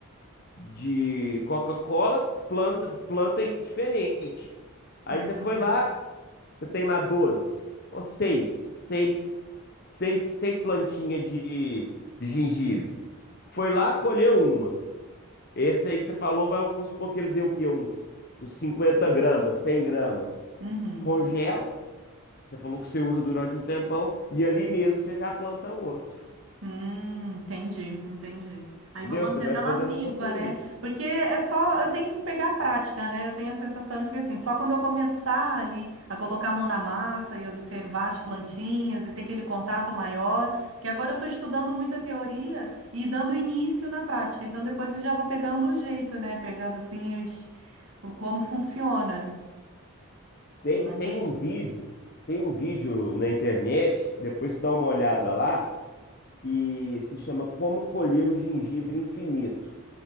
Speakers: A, on the left (about 45°); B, on the right (about 70°).
A: de Coca-Cola, planta, planta em- diferente. Aí
B: Hum.
A: você foi lá, você tem lá 12 ou seis, seis, seis, seis plantinhas de, de gengibre. Foi lá, colheu uma. Esse aí que você falou, vai- vamos supor que ele deu o quê? Uns, uns 50 gramas, 100 gramas.
B: Uhum.
A: Congela, você falou que você usa durante um tempão, e ali mesmo você já planta outro.
B: Hum, entendi, entendi. Aí
A: Entendeu?
B: vou mantendo
A: Você vai
B: ela
A: fazendo
B: viva,
A: a sua colheita.
B: né? Porque é só, eu tenho que pegar a prática, né? Eu tenho a sensação de que assim, só quando eu começar ali a colocar a mão na massa e observar as plantinhas e ter aquele contato maior, porque agora eu estou estudando muita teoria e dando início na prática. Então depois eu já vou pegando o jeito, né? Pegando assim os, o como funciona
A: Tem,
B: o manejo.
A: tem um vídeo, tem um vídeo na internet, depois você dá uma olhada lá, que se chama Como Colher o Gengibre Infinito.